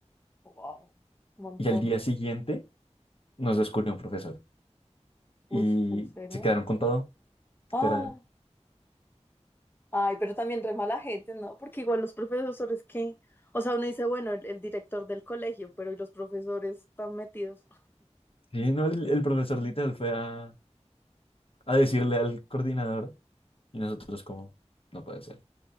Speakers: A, on the left; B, on the left.
A: wow. Un montón.
B: Y al día siguiente nos descubrió un profesor
A: Uy,
B: y
A: ¿en serio?
B: se quedaron con todo, literal.
A: Ah, ay, pero también re mala gente, ¿no? Porque igual los profesores que, o sea, uno dice, bueno, el, el director del colegio, pero ¿y los profesores están metidos?
B: Sí, no, el, el profesor literal fue a, a decirle al coordinador y nosotros como, no puede ser.